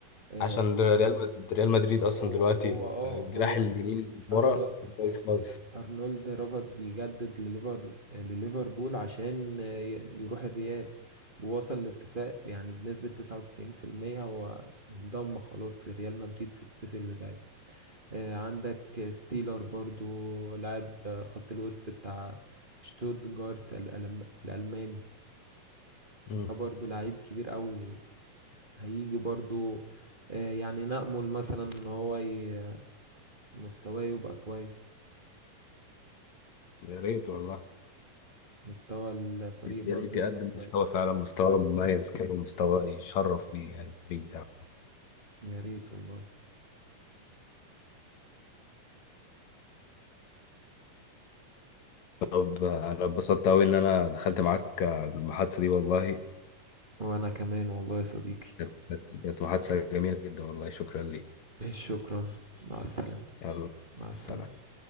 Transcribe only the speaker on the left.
عشان ريال مد- ريال مدريد اصلا
دلوقتي
الجناح
اليمين ورا
كويس خالص
مم.
يا ريت والله
يا ريت
يقدم
مستوى فعلا مستوى مميز كده مستوى يشرف بيه يعني الفريق بتاعه
طب انا اتبسطت قوي ان انا دخلت معاك المحادثة دي والله
كانت كانت محادثة جميلة جدا والله شكرا لي
يلا
سلام